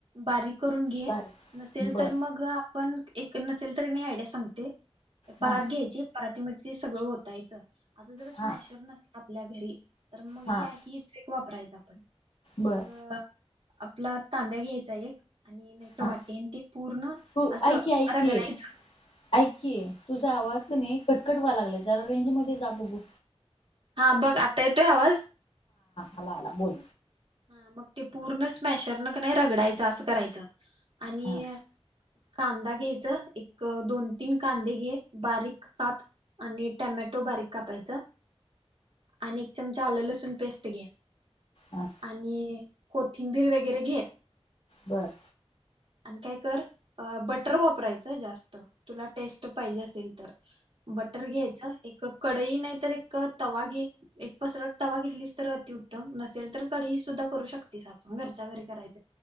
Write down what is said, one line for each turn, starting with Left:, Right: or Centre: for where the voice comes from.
Right: बारीक करून घे
Left: बर
Right: नसेल
Left: बर
Right: तर मग. आपण एक नसेल तर मी आयडिया सांगते. परात
Left: हा
Right: घ्यायची परातीमध्ये ते सगळं ओतायचं. आता जर स्मॅशर
Left: हा
Right: नसल आपल्या घरी. तर मग
Left: हा
Right: ही ट्रिक वापरायच आपण
Left: बर
Right: मग. आपला तांब्या घ्यायचा एक. आणि नाहीतर
Left: हा
Right: वाटी. आणि ते पूर्ण
Left: तू
Right: असं
Left: ऐक की ऐक
Right: रगडायचं.
Left: की ऐक की तुझा आवाज कणी कट-कट व्हायलागलाय. जरा रेंज मध्ये जा बघू.
Right: हा बघ आता येतोय आवाज?
Left: आला-आला बोल.
Right: हा मग ते पूर्ण स्मॅशरन कणी रगडायचं. असं करायचं आणि
Left: हा
Right: कांदा घ्यायच. एक दोन-तीन कांदे घे बारीक काप आणि टमाटो टोमॅटो बारीक कापायचं आणि एक चमचा आलं लसूण पेस्ट घे.
Left: हा
Right: आणि कोथिंबीर वगैरे घे.
Left: बर.
Right: आणि काय कर बटर वापरायचं. जास्त तुला टेस्ट पाहिजे असेल तर. बटर घ्यायचं एक कडई नाही तर एक तवा घे. एक पसरत तवा घेतलीस तर अतिउत्तम. नसेल तर कढईत सुद्धा करू शकतेस. आपण घरच्या घरी करायच.